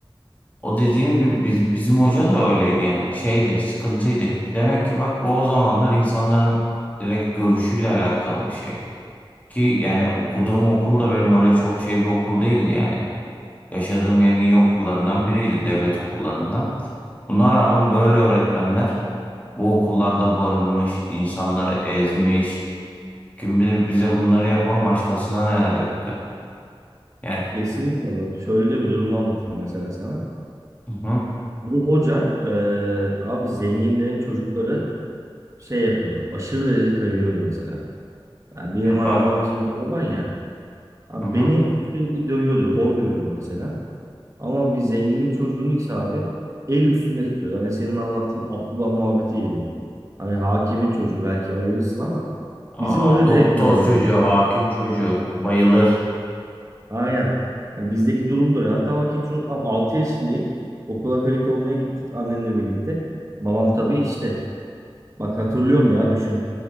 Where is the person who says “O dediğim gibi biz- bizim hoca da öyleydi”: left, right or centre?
Left